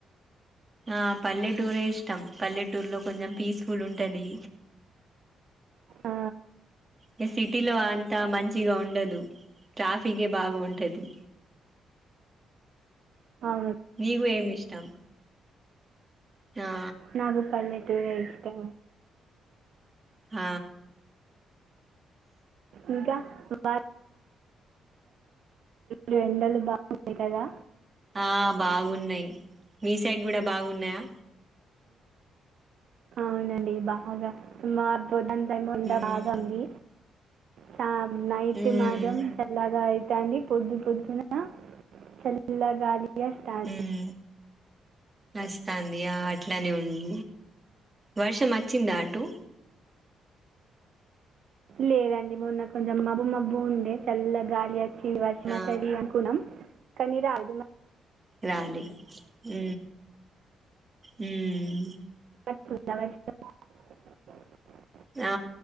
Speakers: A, on the right; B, on the right.
A: ఆ పల్లెటూరే ఇష్టం పల్లెటూర్ లో కొంచెం పీస్ఫుల్ ఉంటాది
B: ఆ,
A: ఇగ సిటీలో అంతా మంచిగా ఉండదు ట్రాఫిక్కే బాగా ఉంటాది
B: అవును
A: నీగు ఏమీ ఇష్టం ఆ
B: నాకు పల్లెటూరు ఎ ఇష్టం
A: హ
B: ఇంకా బాయ లు ఎండలు బాగున్నాయి కదా
A: ఆ బాగున్నాయి మీ సైడ్ కూడా బాగున్నాయా
B: అవునండి బాగా మా సదన్ టై ఉండ
A: ఉమ్
B: భాగంది సా నైట్
A: ఉమ్
B: మాత్రం చల్లగాయి ాండి పొద్దు పొద్దున చల్లగాలియా స్టార్ట్
A: ఉమ్ వస్తాంది ఆ అట్లానే ఉంది వర్షం వచ్చిందా అటు
B: లేదండి మొన్న కొంచెం మబ్బు మబ్బు ఉండే చల్ల గాలి అ చి ఇగ వర్షం
A: ఆ
B: అత్తది అనుకున్నాం కానీ రాలే
A: రాలే ఉ ఉమ్
B: తు <unintelligible>
A: ఆ